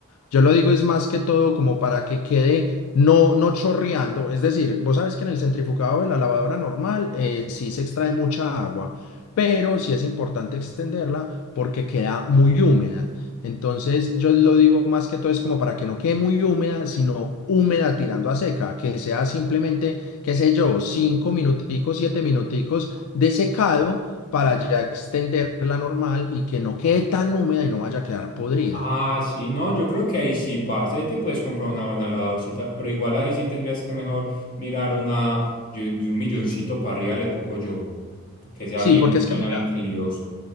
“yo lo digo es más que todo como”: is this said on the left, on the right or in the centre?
Left